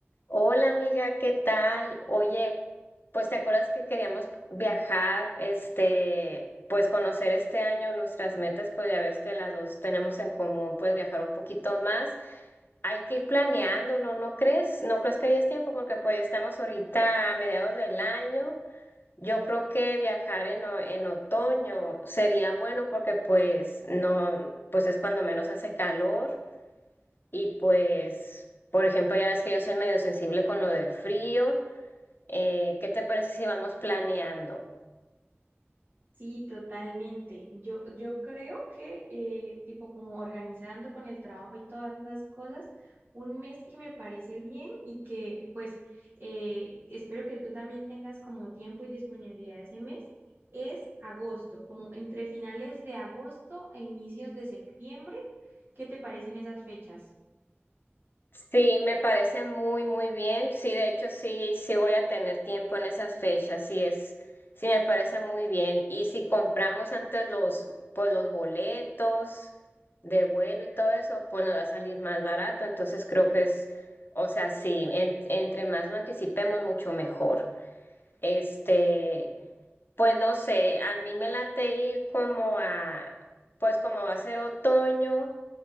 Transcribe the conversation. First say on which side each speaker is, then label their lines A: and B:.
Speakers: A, on the left; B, on the right.
A: Hola amiga, ¿qué tal? Oye, pues te acuerdas que queríamos viajar, este, pues conocer este año nuestras metas, pues ya ves que las dos tenemos en común, pues viajar un poquito más. Hay que ir planeándolo, ¿no crees? ¿No crees que hayas tiempo? Porque pues ya estamos ahorita a mediados del año. Yo creo que viajar en, o- en otoño sería bueno porque pues no, pues es cuando menos hace calor. Y pues, por ejemplo, ya ves que yo soy medio sensible con lo del frío. Eh, ¿qué te parece si vamos planeando?
B: Sí, totalmente. Yo, yo creo que, eh, tipo, como organizando con el trabajo y todas esas cosas, un mes que me parece bien y que, pues, eh, espero que tú también tengas como tiempo y disponibilidad ese mes, es agosto, como entre finales de agosto e inicios de septiembre. ¿Qué te parecen esas fechas?
A: Sí, me parece muy, muy bien. Sí, de hecho, sí, sí voy a tener tiempo en esas fechas. Sí es, sí me parece muy bien. Y si compramos antes los, pues los boletos de vuelo y todo eso, pues nos va a salir más barato. Entonces creo que es, o sea, sí, en- entre más lo anticipemos, mucho mejor. Este, Pues no sé, a mí me late ir como a, pues como va a ser otoño,